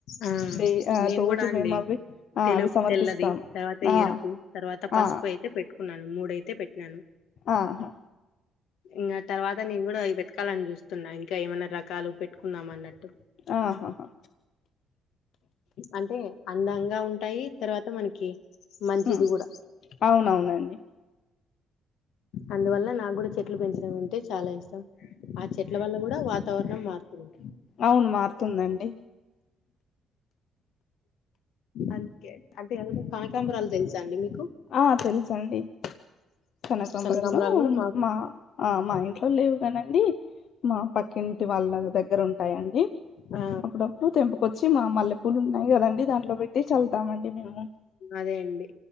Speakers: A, on the left; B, on the left.
A: ఆ
B: డే ఆ
A: నేను
B: రోజు
A: కూడా అండి
B: మేము అవి ఆ
A: తెలు
B: అవి సమర్పిస్తాం
A: తెల్లది తర్వాత,
B: ఆ
A: ఎరుపు తర్వాత, పసుపు
B: ఆ
A: అయితే పెట్టు కున్నాను మూడైతే పెట్టినాను
B: ఆహా
A: ఇంగ తర్వాత నేన్ గూడా అయి పెట్టు ట్టాలని చూస్తున్నా ఇంకా ఏమన్నా రకాలు పెట్టుకుందాం అన్నట్టు.
B: ఆ హాహా
A: అంటే అందం గా ఉంటాయి, తర్వాత మనకి మంచిది
B: ఉమ్
A: కూడ.
B: అవునవునండి
A: అందువల్ల నాక్కూడ చె ట్లు పెంచడం అంటే చాలా ఇష్టం ఆ చెట్ల వల్ల కూడా వాతావరణం మారుతుంది
B: అవును మారుతుందండి
A: అందుకే అంటే ఏదనా కానకాంబరాలు తెలుసా అండి మీకు
B: ఆ తెలుసండి కనకంబరలు
A: కనకాంబరాలు కూడా
B: మా ఆ మా ఇంట్లో లేవు కనక మా పక్కింటి వాళ్ళ దగ్గర ఉంటాయిడి
A: ఆ
B: అప్పుడప్పుడు తెంపకొచ్చి మా మల్లె పూలు ఉన్నాయి కదండి దాంట్లో పెట్టి చల్తామండి మేము
A: అదే అండి